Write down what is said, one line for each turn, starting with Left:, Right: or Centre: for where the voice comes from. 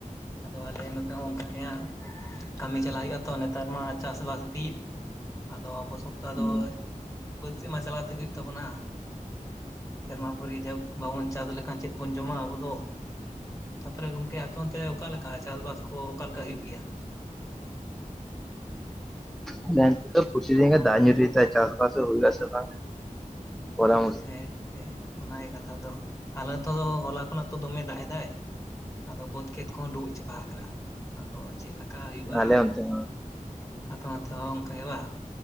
Left: ᱟᱫᱚ ᱟᱞᱮ ᱱᱚᱛᱮ ᱦᱚᱸ ᱚᱝᱠᱟ ᱜᱮ ᱦᱟᱸᱜ, ᱠᱟᱹᱢᱤ ᱪᱟᱞᱟᱜ ᱦᱩᱭᱩᱜᱼᱟ ᱛᱚ ᱱᱮᱛᱟᱨ ᱢᱟ ᱪᱟᱥᱵᱟᱥ ᱫᱤᱱ ᱟᱫᱚ ᱟᱵᱚ ᱥᱚᱵ ᱛᱚ ᱟᱫᱚ
Centre: ᱵᱤᱱ
Left: ᱵᱟᱹᱫᱽ ᱥᱮᱜ ᱢᱟ ᱪᱟᱞᱟᱣ ᱛᱮᱜᱮ ᱦᱩᱭᱩᱜ ᱛᱟᱵᱚᱱᱟ᱾ ᱥᱮᱨᱢᱟ ᱯᱟᱹᱨᱤ ᱡᱟᱭᱦᱳᱠ ᱵᱟᱵᱚᱱ ᱪᱟᱥ ᱞᱮᱠᱷᱟᱱ ᱪᱮᱫ ᱵᱚᱱ ᱡᱚᱢᱟ ᱟᱵᱚ ᱫᱚ᱾ ᱛᱟᱨᱯᱚᱨᱮ ᱜᱚᱝᱠᱮ ᱟᱯᱮ ᱚᱱᱛᱮ ᱚᱠᱟ ᱞᱮᱠᱟ ᱪᱟᱥᱵᱟᱥ ᱠᱚ ᱚᱠᱟ ᱞᱮᱠᱟ ᱦᱩᱭᱩᱜ ᱜᱮᱭᱟ?
Centre: ᱟᱞᱮ ᱱᱚᱛᱮ ᱯᱚᱛᱤᱫᱤᱱ ᱜᱮ ᱫᱟᱜᱽ ᱧᱩᱨᱩᱭ ᱫᱟᱭ ᱪᱟᱥ ᱵᱟᱥ ᱦᱩᱭᱩᱜ-ᱟ ᱥᱮ ᱵᱟᱝ, ᱵᱚᱞᱟ
Left: ᱟᱪᱪᱷᱟ
Centre: ᱢᱩᱥᱠᱤᱞ
Left: ᱦᱮᱸ ᱜᱚᱝᱠᱮ ᱚᱱᱟᱜᱮ ᱠᱟᱛᱷᱟ ᱫᱚ ᱟᱞᱮ ᱛᱚ ᱫᱚ ᱦᱚᱞᱟ ᱠᱷᱚᱱᱟᱜ ᱛᱚ ᱫᱚᱢᱮ ᱫᱟᱜᱽ ᱮᱫᱟᱭ᱾ ᱟᱫᱚ ᱵᱟᱹᱫᱽ ᱠᱷᱮᱛ ᱠᱚᱦᱚᱸ ᱰᱩᱵᱩᱭᱡ ᱪᱟᱵᱟ ᱟᱠᱟᱱᱟ ᱟᱫᱚ ᱪᱮᱜ ᱞᱮ ᱠᱟ ᱦᱩᱭᱩᱜᱼᱟ
Centre: ᱟᱞᱮ ᱚᱱᱛᱮ ᱦᱚᱸ
Left: ᱟᱯᱮ ᱚᱱᱛᱮ ᱦᱚᱸ ᱚᱝᱠᱟ ᱜᱮ ᱵᱟ